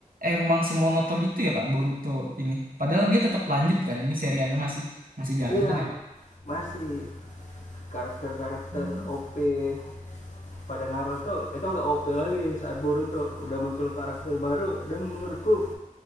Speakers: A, on the right (about 85°); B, on the left (about 55°).
A: emang semonoton itu ya Kak Boruto ini. Padahal dia tetap lanjut kan. Ini serialnya masih masih jalan
B: iya
A: kan ya?
B: masih karakter-karakter
A: Hmm.
B: OP pada Naruto itu nggak OP lagi saat Boruto udah muncul karakter baru dan menurutku